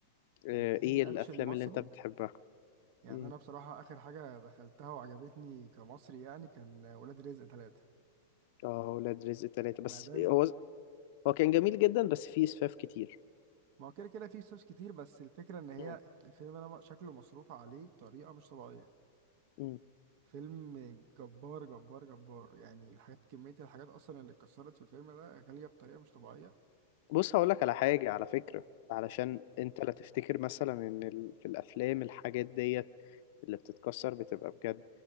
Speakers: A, on the right; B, on the left.
A: يعني
B: آه،
A: اي
B: ايه الافلام
A: اكشن مصري
B: اللي انت بتحبها
A: يعني
B: مم.
A: انا بصراحه اخر حاجه دخلتها وعجبتني كمصري يعني كان ولاد رزق ثلاثة
B: اه ولاد رزق ثلاثة بس
A: انا ده الف-
B: هو هو كان جميل جدا بس فيه اسفاف كتير
A: ما هو كده كده فيه فلوس كتير بس الفكره ان هي
B: مم.
A: الفيلم انا شكله مصروف عليه بطريقه مش طبيعيه
B: مم.
A: فيلم جبار جبار جبار يعني الحاجات كميه الحاجات اصلا اللي اتكسرت في الفيلم ده غاليه بطريقه مش طبيعيه
B: بص هقولك على حاجة على فكرة علشان انت لا تفتكر مثلا ان ال... في الافلام الحاجات ديت اللي بتتكسر بتبقى بجد